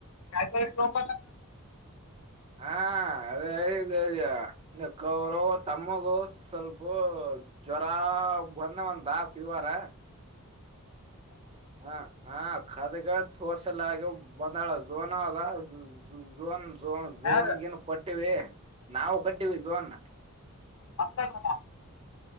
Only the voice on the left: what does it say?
ಯಕ ತಪ
ಯಾರು
ಹತ್ತಿನ